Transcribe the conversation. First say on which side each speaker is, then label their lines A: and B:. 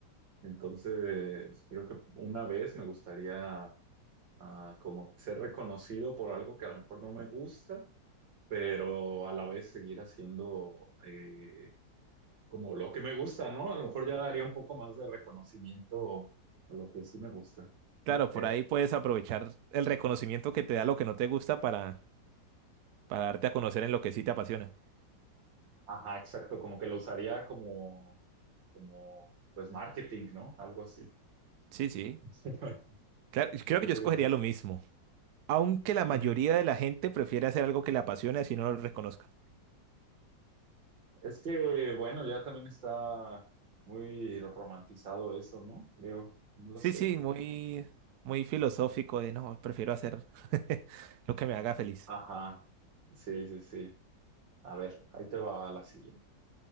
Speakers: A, on the right (about 85°); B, on the right (about 70°).
A: Entonces, creo que una vez me gustaría ah, como ser reconocido por algo que a lo mejor no me gusta pero a la vez seguir haciendo eh, como lo que me gusta, ¿no? A lo mejor ya daría un poco más de reconocimiento a lo que sí me gusta.
B: Claro,
A: Sí.
B: por
A: Eh,
B: ahí puedes aprovechar el reconocimiento que te da lo que no te gusta para, para darte a conocer en lo que sí te apasiona.
A: Ajá, exacto, como que lo usaría como, como, pues marketing, ¿no? Algo así.
B: Sí, sí.
A: <laughs>
B: Claro, creo
A: ¿Tú
B: que yo
A: qué
B: escogería
A: dices?
B: lo mismo. Aunque la
A: Ujú.
B: mayoría de la gente prefiere hacer algo que le apasione así no lo reconozca.
A: Es que, bueno, ya también está muy romantizado eso, ¿no? Creo, no
B: Sí,
A: lo sé.
B: sí, muy, muy filosófico de no, prefiero hacer <laughs> lo que me haga feliz.
A: Ajá, sí, sí, sí. A ver, ahí te va la siguiente.